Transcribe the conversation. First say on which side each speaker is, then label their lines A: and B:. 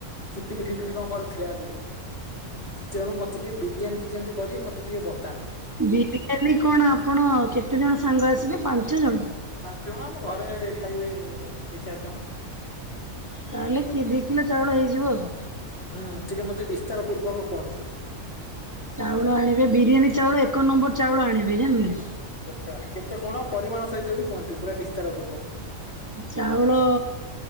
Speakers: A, on the left (about 50°); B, on the right (about 15°).
A: ଚିପିଲି ଫିପିଲି କଣ କରୁଥିଲେ ଆଗରୁ ତେଣୁ ମତେ ଟିକେ ବିରିଆନି ଟି କେମିତି କରିବି ମତେ ଟିକେ ବ
B: ବିରିୟାନୀ କଣ ଆପଣ କେତେ ଜଣ ସାଙ୍ଗ ଆସିବେ ପାଞ୍ଚ ଜଣ
A: ପାଞ୍ଚ ଜଣ ଆମ ଘରେ ଖାଇବେ ଦି ଚାରି ଜଣ।
B: ତାହେଲେ କି ଦୁଇ କିଲୋ ଚାଉଳ ହେଇଯିବ ଆଉ
A: ହୁଁ ଟିକେ ମତେ ବିସ୍ତାର ପୂର୍ବକ କୁହନ୍ତୁ।
B: ଚାଉଳ ଆଣିବେ ବିରିୟାନୀ ଚାଉଳ ଏକ ନମ୍ବର ଚାଉଳ ଆଣିବେ ଜାଣିଲେ
A: ଆଛା କେତେ କଣ ପରିମାଣ ସହିତ ବି କୁହନ୍ତୁ ପୁରା ବିସ୍ତାର ପୂର୍ବକ।
B: ଚାଉଳ